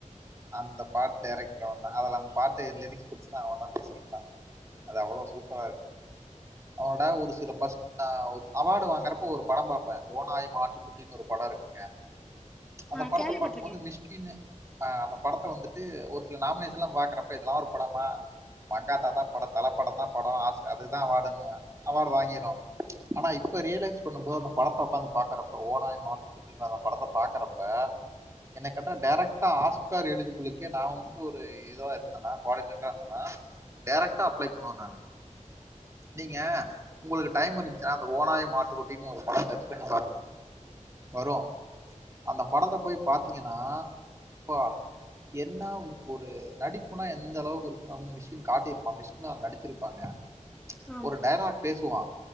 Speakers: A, on the right (about 25°); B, in the centre.
A: அந்த பாட் டேரெக்டர் அவந்தா அதல அந் பாட்டு லிரிக்ஸ் குடுச்சுதா அவன்தா மிஷ்கின்தா அது அவளோ சூப்பரா இருக்குங்க அவனோட ஒரு சில ஃபஸ்ட் நா ஒரு அவாடு வாங்குறப்ப ஒரு பட பாப்ப ஓநாயும் ஆட்டுக்குட் டின் ஒரு பட இருக்குங்க அந்த
B: ஆ
A: படத்த
B: கேள்விப்பட்டிருக்கே
A: பாக்கும்போது மிஷ்கின்னு அ அந்த படத்த வந்துட்டு ஒரு சில நாமினேஷன்லா பாக்குறப்ப இதுலா ஒரு படமா மங்காத்தா தா படோ தலப்படோந்தா படோ ஆஸ் அதுக்குதா அவாடுன்னுவ அவாடு வாங்கிரு அனா இப்ப ரியலைஸ் பண்ணும்போது அந்த படத்த ஒக்காந்து பாக்கறப்ப ஓநாயு மாட்டு குட்டிங்ளா அந்த படத்த பாக்கறப்ப என்ய கேட்டா டேரக் டா ஆஸ்கார் எளிஜிபுலுக்கே நா வந்துட்டு ஒரு இதுவா இருந்தனா கோவாடினேட்ரா இந்தனா டேரக்ட்டா அப்ளை பண்ணுவ நானு நீங்க உங்களுக்கு டைம் இருந்ச்சுனா அந்த ஓனாயும் மாட்டு குட்டின் ஒரு படோ சச் பண்ணி பாருங்க வரு அந்த படத்த போய் பாத்தீங்கனா இப்பா என்னா ஒரு நடிப்புனா எந்த அளவுக்கு இருக்குனு அம் மிஷ்கின் காட்டிருப்பா மிஷ் ன்லா நடிச்சிருப்பாங்க
B: ஆமா
A: ஒரு டயலாக் பேசுவா